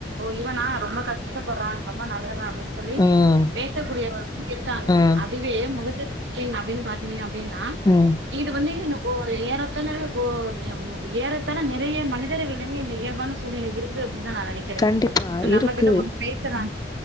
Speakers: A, on the right; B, on the left.
A: இவனா ரொம்ப கஷ்டப்பறா ரொம்ப நல்லதா அப்டின்னு சொல்லி
B: ம்.
A: பேசக்கூடியவர் இருக்காங்க
B: ம்.
A: அதுவே முகத்து ங்கின் அப்டின் பாத்தீங்க அப் அப்டின்னா
B: ம்.
A: வந்து இந்த கு ஏறத்தாழ கொ ஏறத்தாழ நிறைய மனிதர்களிடமே இந்த இயல்பான சூழ்நிலை இருக்கு குன் தா நா நெனைக்கிறே
B: கண்டிப்பா
A: நம்மகிட்ட
B: இருக்கு.
A: கொஞ்ச பேசுறாங்க